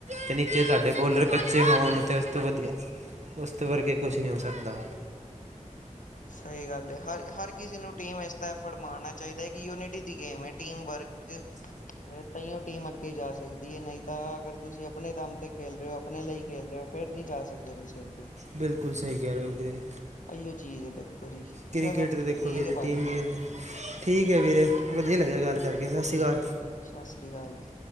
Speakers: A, on the right; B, on the left.
A: ਤੇ ਨੀਚੇ ਸਾਡੇ ਬੋਲਰ ਕੱਚੇ ਹੋਣ ਤੇ ਉਸ ਤੋਂ ਵਧੀਆ <inaudible> ਉਸ ਤ ਵਰਗੇ ਕੁਛ ਨਹੀਂ ਹੋ ਸਕਦਾ।
B: ਸਹੀ ਗੱਲ ਹਰ- ਹਰ ਕਿਸੇ ਨੂੰ ਟੀਮ ਇਸ ਐਫਰਟ ਮਾਰਨਾ ਚਾਹੀਦਾ ਹੈ ਕਿ ਯੂਨਿਟੀ ਦੀ ਗੇਮ ਐ, ਟੀਮ ਵਰਕ ਤਾਈਓ ਟੀਮ ਅੱਗੇ ਜਾ ਸਕਦੀ ਐ ਨਈ ਤਾਂ ਅਗਰ ਤੁਸੀਂ ਅਪਣੇ ਦਮ ਤੇ ਖੇਲ ਰਏ ਓ ਅਪਣੇ ਲਈ ਖੇਲ ਰਏ ਓ। ਫੇਰ ਨੀ ਜਾ ਸਕਦੇ ਤੁਸੀਂ ਅੱਗੇ
A: ਬਿਲਕੁਲ ਸਹੀ ਕਹਿ ਰਹੇ ਹੋ ਵੀਰੇ
B: ਅਈਓ <unintelligible> ਦੇਖੋ ਜੀ
A: ਕ੍ਰਿਕਟ
B: ਚਲੋ
A: ਤਾਂ ਦੇਖੋ
B: ਠੀਕ
A: ਵੀਰੇ
B: ਏ ਭਾਜੀ।
A: ਟੀਮ ਠੀਕ ਏ ਵੀਰੇ, ਵਦੀਆ ਲੱਗਿਆ ਗੱਲ ਕਰਕੇ। ਸਤਿ ਸ਼੍ਰੀ ਅਕਾਲ
B: ਹਾਂਜੀ, ਸਸ ਸ੍ਰੀ ਕਾਲ ਜੀ।